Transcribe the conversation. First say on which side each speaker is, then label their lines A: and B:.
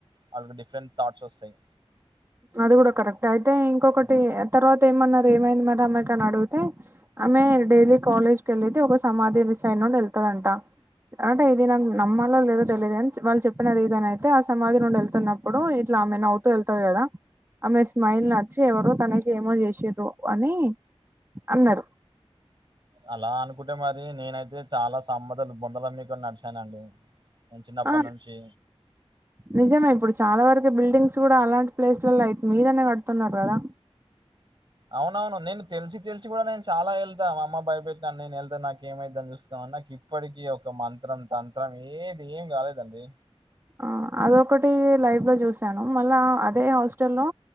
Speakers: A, on the right; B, on the right.
A: వాళ్ళకి డిఫరెంట్ థాట్స్ వస్తాయి.
B: అది కూడా కరెక్ట్ అయితే ఇంకొకటి తర్వాత ఏమన్నారు ఏమైంది మరి ఆమె కాని అడిగితే ఆమె డైలీ కాలేజ్ కి వెళ్ళితే ఒక సమాధి సైడ్ నుండి వెళ్తాదంట అంటే ఇది నాకు నమ్మాలో లేదో తెలియదు గాని వాళ్ళు చెప్పిన రీజన్ అయితే ఆ సమాధి నుండి వెళ్తున్నాం ప్పుడు ఇట్లా ఆమె నవ్వుతూ వెళ్తాది గదా ఆమె స్మైల్ నచ్చి ఎవరో తనకి ఏమో చేసిన్రు అని అన్నరు
A: అలా అనుకుంటే మరి నేనైతే చాలా సంబధలు భోందాళ్లి కూడా నడిచానండి. నేన్ చిన్నప్పటి
B: ఆ
A: నుంచి
B: నిజమే ఇప్పుడు చాలా వరకు బిల్డింగ్స్ కూడా అలాంటి ప్లేస్లలో మీదనే కడుతున్నారు గదా.
A: అవునవును నేను తెలిసి తెలిసి కూడా నేను చాలా వెళ్తా మా అమ్మ భయపేట్టిది నేను వెళ్తాను నాకు ఏమయితదిని చూసుకుందామని నాకు ఇప్పటికీ ఒక మంత్రం తంత్రం ఏది ఏం కాలేదండి.
B: ఆ అదొకటి లైఫ్ లో చూశాను మళ్ళా అదే హాస్టల్ లో